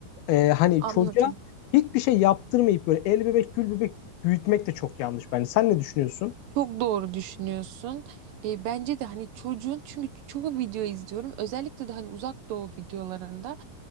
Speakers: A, on the left; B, on the right.
A: E, hani
B: Anladım.
A: çocuğa hiçbir şey yaptırmayıp böyle el bebek gül bebek büyütmek de çok yanlış bence. Sen ne düşünüyorsun?
B: Çok doğru düşünüyorsun. E, bence de hani çocuğun çünkü çoğu video izliyorum. Özellikle de hani uzak doğu videolarında